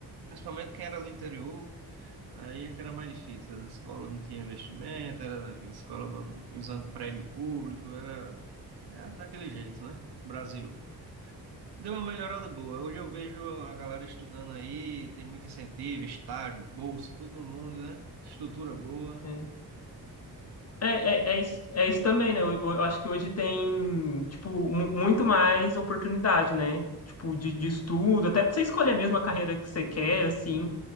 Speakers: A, on the right (about 75°); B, on the left (about 40°).
A: Principalmente quem era do interior, aí é que era mais difícil. A escola não tinha investimento, era a escola ban- usando prédio público, era, era daquele jeito, né? Brasil. Deu uma melhorada boa. Hoje eu vejo a galera estudando aí, tem muito incentivo, estágio, bolsa, tudo no mundo, né? Estrutura boa.
B: é. É, é, é isso, é isso também, né? Eu, eu acho que hoje tem, tipo, mu- muito mais oportunidade, né? Tipo, de, de estudo, até pra você escolher mesmo a carreira que você quer, assim.